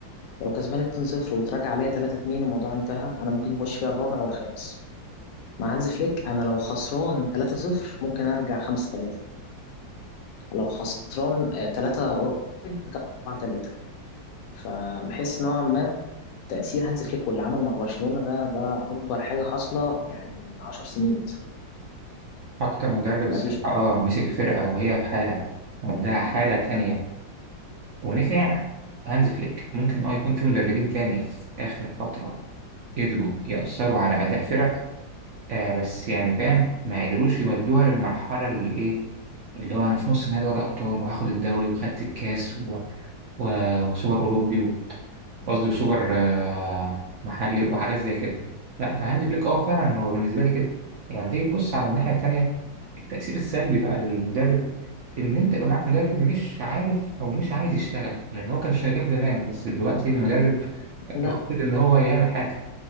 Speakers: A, on the left; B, on the right.
A: لو كسبان 2-0 وتراجع عليا 3-2 الموضوع انتهى انا ممكن يخش فيها الرابع والخامس مع هانز فليك انا لو خسران 3-0 ممكن ارجع 5-3 لو خسران آه، 3-1 4-3 فبحس نوعا ما تأثير هانز فليك واللي عمله مع برشلونة ده ده أكبر حاجة حاصلة يعني من 10 سنين مثلا
B: اكتر مدرب
A: مفيش
B: الصراحة اه مسك فرقة وهي في حالة وداها حالة تانية ونفع هانزي فليك ممكن اه يكون في مدربين تاني في اخر فترة قدروا يأثروا على اداء فرق آه بس يعني فاهم ما قدروش يودوها للمرحلة اللي إيه اللي هو أنا في نص نهائي دوري أبطال وهاخد الدوري وخدت الكاس و... و... وسوبر أوروبي و- قصدي وسوبر آه محلي وحاجات زي كده ف... فهانزي فليك أه فعلا هو بالنسبة لي كده يعني لما تيجي تبص على الناحية التانية التأثير السلبي بقى للمدرب إن أنت يبقى معاك مدرب مش عارف أو مش عايز يشتغل لأن هو كان شغال زمان بس دلوقتي المدرب
A: لا
B: رافض إن هو يعمل حاجة